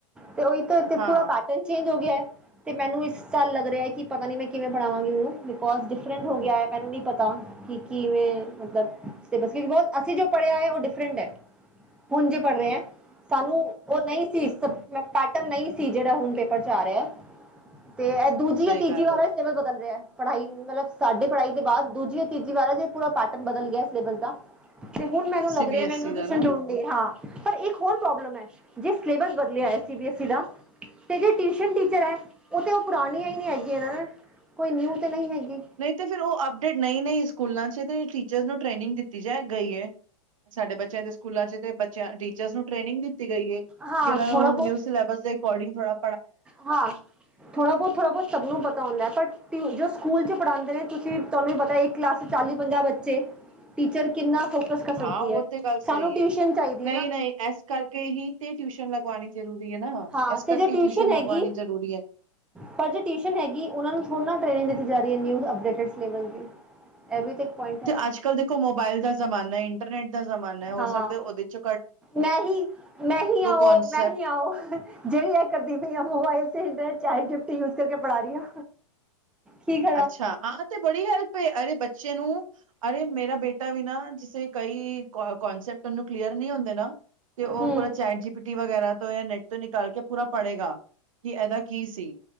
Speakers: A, in the centre; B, on the right.
A: ਤੇ ਉਹੀ ਤਾਂ ਪੂਰਾ
B: ਹਾਂ
A: ਪੈਟਰਨ ਚੇਂਜ ਹੋ ਗਿਆ। ਤੇ ਮੈਨੂੰ ਇਸ ਸਾਲ ਲੱਗ ਰਿਹਾ ਹੈ ਕਿ ਪਤਾ ਨੀ ਮੈਂ ਕਿਵੇਂ ਪੜ੍ਹਾਵਾਂਗੀ ਉਹਨੂੰ ਬਿਕੋਜ ਡਿਫਰੈਂਟ ਹੋ ਗਿਆ ਮੈਨੂੰ ਨਹੀਂ ਪਤਾ ਕਿ ਕੀਵੇਂ ਮਤਲਬ ਸਿਲੇਬਸ ਬਹੁਤ ਅਸੀਂ ਜੋ ਪੜ੍ਹਿਆ ਹੈ ਉਹ ਡਿਫਰੈਂਟ ਹੈ, ਹੁਣ ਜੇ ਪੜ੍ਹ ਰਹੇ ਹਾਂ ਸਾਨੂੰ ਉਹ ਨਹੀਂ ਸੀ ਨਹੀਂ ਸੀ ਜਿਹੜਾ ਹੁਣ ਪੇਪਰ ਚ ਆ ਰਿਹਾ, ਤੇ ਇਹ ਦੂਜੀ
B: ਸਹੀ
A: ਆ ਤੀਜੀ
B: ਗੱਲ
A: ਵਾਰ
B: ਹੈ
A: ਏ ਬਦਲ ਰਿਹਾ ਪੜਾਈ ਮਤਲਬ ਸਾਡੀ ਪੜ੍ਹਾਈ ਦੇ ਬਾਅਦ ਦੂਜੀ ਤੀਜੀ ਵਾਰੇ ਪੂਰਾ ਪੈਟਰਨ ਬਦਲ ਗਿਆ ਸਿਲੇਬਸ ਦਾ। ਤੇ ਹੁਣ ਮੈਨੂੰ ਲੱਗ
B: ਸੀ
A: ਰਿਹਾ
B: ਬੀ ਐਸ
A: ਮੈਨੂੰ
B: ਈ ਦਾ
A: ਟਿਊਸ਼ਨ
B: ਨਾ
A: ਡੋ ਹਾਂ ਪਰ ਇੱਕ ਹੋਰ ਪ੍ਰੋਬਲਮ ਹੈ ਜੇ ਸਿਲੇਬਸ ਬਦਲਿਆ ਸੀ ਬੀ ਐ ਸੀ ਦਾ ਤੇ ਜੇ ਟਿਊਸ਼ਨ ਟੀਚਰ ਹੈ ਉਹ ਤੇ ਉਹ ਪੁਰਾਣੀਆਂ ਹੀ ਨਹੀਂ ਹੈਗੀਆਂ ਕੋਈ ਨਿਊ ਤੇ ਨਹੀਂ ਹੈਗੀ।
B: ਨਹੀਂ ਤੇ ਫਿਰ ਉਹ ਅਪਡੇਟ ਨਹੀਂ-ਨਹੀਂ ਸਕੂਲਾਂ ਚ ਤੇ ਟੀਚਰ ਨੂੰ ਟ੍ਰੇਨਿੰਗ ਦਿੱਤੀ ਜਾ ਗਈ ਐ ਸਾਡੇ ਬੱਚਿਆਂ ਦੇ ਸਕੂਲਾਂ ਚ ਤੇ ਬੱਚਿਆਂ ਟੀਚਰਸ ਨੂੰ ਟ੍ਰੇਨਿੰਗ ਦਿੱਤੀ ਗਈ ਏ ਕਿ
A: ਹਾਂ
B: ਉਹਨਾਂ ਨੂੰ
A: ਥੋੜਾ ਬਹੁਤ
B: ਨਿਊ ਸਿਲੇਬਸ ਦੇ ਅਕੋਰਡਿੰਗ ਥੋੜਾ
A: ਹਾਂ ਥੋੜ੍ਹਾ ਬਹੁਤ ਥੋੜ੍ਹਾ ਬਹੁਤ ਸਭ ਨੂੰ ਪਤਾ ਹੁੰਦਾ ਐ ਬਟ ਜੋ ਸਕੂਲ ਚ ਪੜ੍ਹਾਂਦੇ ਨੇ ਤੁਸੀਂ ਤੁਹਾਨੂੰ ਪਤਾ ਇੱਕ ਕਲਾਸ ਚ ਚਾਲੀ ਪੰਜਾਹ ਬੱਚੇ ਟੀਚਰ ਕਿੰਨਾ ਫੋਕਸ ਕਰ ਸਕਦੀ
B: ਹਾਂ ਉਹ
A: ਐ
B: ਤੇ ਗੱਲ
A: ਸਾਨੂੰ
B: ਸਹੀ
A: ਟਿਊਸ਼ਨ
B: ਹੈ।
A: ਚਾਹੀਦੀ
B: ਨਹੀਂ
A: ਏ ਨਾ
B: ਨਹੀਂ ਇਸ ਕਰਕੇ ਹੀ ਤੇ ਟਿਊਸ਼ਨ ਲਗਵਾਉਣੀ ਜ਼ਰੂਰੀ ਹੈ ਨਾ
A: ਹਾਂ
B: ਇਸ ਕਰਕੇ
A: ਤੇ ਜੇ
B: ਟਿਊਸ਼ਨ
A: ਹੈਗੀ
B: ਲਗਵਾਉਣੀ ਜ਼ਰੂਰੀ ਐ
A: ਪਰ ਜੇ ਟਿਊਸ਼ਨ ਹੈਗੀ ਉਹ ਨੂੰ ਥੋੜੀ ਨਾ ਟ੍ਰੇਨਿੰਗ ਦਿੱਤੀ ਜਾ ਰਹੀ ਹੈ ਨਿਊ ਅਪਡੇਟਿਡ ਸਿਲੇਬਸ ਦੀ ਐਵੇ ਵੀ ਤੇ ਇੱਕ ਪਆਇੰਟ
B: ਤੇ ਅੱਜ ਕੱਲ੍ਹ ਦੇਖੋ ਮੋਬਾਇਲ ਦਾ ਜ਼ਮਾਨਾ ਇੰਟਰਨੈਟ ਦਾ ਜ਼ਮਾਨਾ ਹੈ ਹੋ
A: ਹਾਂ ਹਾਂ
B: ਸਕਦਾ ਉਹਦੇ ਚ
A: ਮੈਂ ਹੀ ਮੈਂ ਹੀ ਆਓ
B: ਕੌਨਸੈਪਟ
A: ਮੈਂ ਹੀ ਆਓ ਜਿਹੜੀ ਆ ਕਰਦੀ ਪਈ ਆਂ ਮੋਬਾਇਲ ਤੇ ਚੈਟ ਜੀ ਪੀ ਟੀ ਯੂਜ ਕਰਕੇ ਪੜਾ ਰਹੀ ਆਂ ਠੀਕ ਆ
B: ਅੱਛਾ ਆਹ ਤੇ ਬੜੀ ਹੈਲਪ ਅਰੇ ਬੱਚੇ ਨੂੰ ਅਰੇ ਮੇਰਾ ਬੇਟਾ ਵੀ ਨਾ ਜੇ ਕਈ ਕੋਂਸੈਪਟ ਓਨੂੰ ਕਲੀਅਰ ਨਹੀਂ ਹੁੰਦੇ ਨਾ ਤੇ ਉਹ
A: ਹਮ
B: ਪੂਰਾ ਚੈਟ ਜੀ ਪੀ ਟੀ ਵਗੈਰਾ ਤੋਂ ਜਾਂ ਨੈੱਟ ਤੋਂ ਨਿਕਾਲ ਕੇ ਪੂਰਾ ਪੜ੍ਹੇਗਾ ਕਿ ਇਹਦਾ ਕੀ ਸੀ